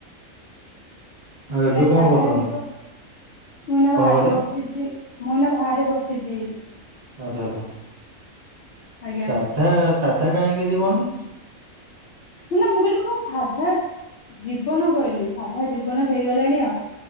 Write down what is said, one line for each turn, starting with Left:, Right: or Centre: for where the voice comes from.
Left: କଣ
Right: ଆଉ
Left: କହିଆ,
Right: ଏବେ
Left: ସାଧା
Right: କରୁଛନ୍ତି?
Left: ଜୀବ। ମୁଁ ଏଇନା
Right: କଣ
Left: ବାହାରେ
Right: କହିଲେ?
Left: ବସିଚି। ଚି, ମୁଁ ଏଇନା ବାହାରେ ବସିଚି।
Right: ଆଚ୍ଛା, ଆଚ୍ଛା।
Left: ଆଜ୍ଞା
Right: ସାଧା, ସାଧା କାହିଁକି ଯିବନି?
Left: ନା ମୁଁ କହିଲି ମୁଁ ସାଧା ସ ଜୀବନ କହିଲି। ସାଧା ଜୀବନ ହେଇଗଲାଣି ଆଉ।